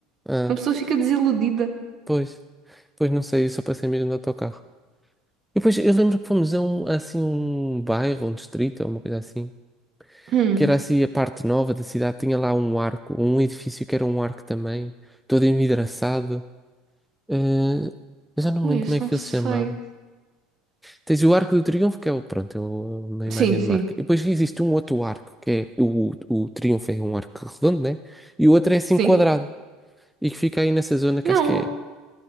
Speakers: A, in the centre; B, on the right.
A: Ah,
B: Uma pessoa fica desiludida.
A: pois. Pois não sei, eu só passei mesmo de autocarro. E depois eu lembro que fomos a um, assim, um bairro, um distrito, ou uma coisa assim,
B: Hum.
A: que era assim a parte nova da cidade, tinha lá um arco, um edifício que era um arco também, todo envidraçado. Ah, eu já não
B: Ui,
A: me lembro
B: isso
A: como é que
B: não sei.
A: ele se chamava. Tens o Arco do Triunfo, que é o, pronto, é o- uma imagem
B: Sim, sim.
A: de marca. E depois existe um outro arco, que é o, o Triunfo é um arco redondo, né? E o outro é assim
B: Sim?
A: quadrado, e que fica aí nessa zona que
B: Não,
A: acho que é.